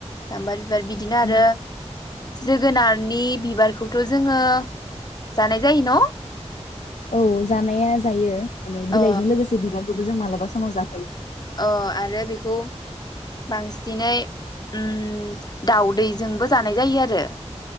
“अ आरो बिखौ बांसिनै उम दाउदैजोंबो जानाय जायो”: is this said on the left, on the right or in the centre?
Left